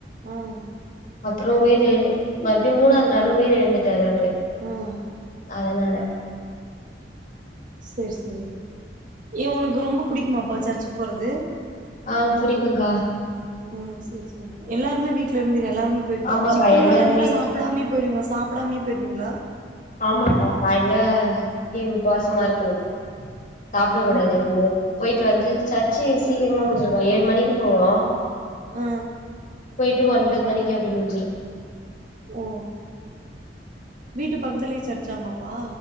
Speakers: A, on the right; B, on the left.
A: ம்
B: அப்றோ உயிரு மறுபடியு மூணாவது நாளு மறுபடியு உயிர் எழுந்துட்டாரு அவரு
A: ஆ
B: அதனால
A: சேர் சேரி ஏ உனக்கு ரொம்ப புடிக்குமாப்பா சர்ச்சுக்கு போறது
B: ஆ புடிக்குக்கா
A: ஆ செரி செரி எல்லாருமே வீட்ல இருந்து எல்லாருமே போய்
B: ஆமாக்கா
A: சிக்கன்
B: எல்லாருமே
A: மட்டன் எல்லா சாப் கூப்பிடாமே போய்ருவீங்களா சாப்பிடாமே போய்ருவீங்களா
B: ஆமாக்கா கால்ல இடி உபாசமா இருக்கணும் சாப்பிட கூடாது
A: நீ
B: எதுமே போய்ட்டு வந்து சர்ச்சு சீக்கிரமா முடிஞ்சுருக்கா ஏழு மணிக்கு போவோ
A: ஆ
B: போயிட்டு ஒன்பது மணிக்கு அப்டி முடிஞ்சிடும்
A: ஓ வீட்டு பக்கத்துலயே சர்ச்சாமாப்பா